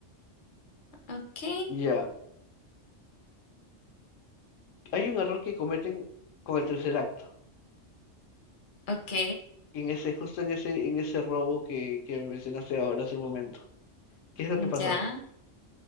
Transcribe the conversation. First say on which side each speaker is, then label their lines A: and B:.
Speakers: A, on the left; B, on the left.
A: Ok,
B: Ya, hay un error que cometen con el tercer acto,
A: ok,
B: en ese, justo en ese, en ese robo que, que mencionaste ahora hace un momento. ¿Qué es lo que pasó?
A: ya.